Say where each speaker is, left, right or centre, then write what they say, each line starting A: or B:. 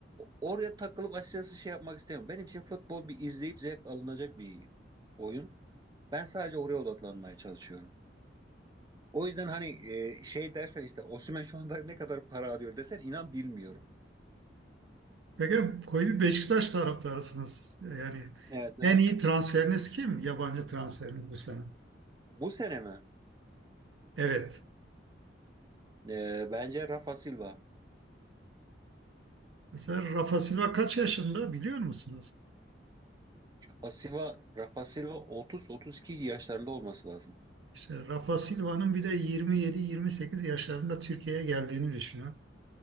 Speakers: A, on the right (about 20°); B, on the right (about 80°).
A: Oraya takılıp açıkçası şey yapmak istemiyorum. Benim için futbol bir izleyip zevk alınacak bir oyun. Ben sadece oraya odaklanmaya çalışıyorum. O yüzden hani e, şey dersen işte Osimhen şu anda ne kadar para alıyor desen inan bilmiyorum.
B: Peki koyu bir Beşiktaş taraftarısınız. Yani
A: Evet. aha.
B: en iyi transferiniz kim? Yabancı transferiniz bu sene.
A: Bu sene mi?
B: Evet.
A: E, bence Rafa Silva.
B: Mesela Rafa Silva kaç yaşında biliyor musunuz?
A: Rafa Silva, Rafa Silva 30-32 yaşlarında olması lazım.
B: İşte Rafa Silva'nın bir de 27-28 yaşlarında Türkiye'ye geldiğini düşünün.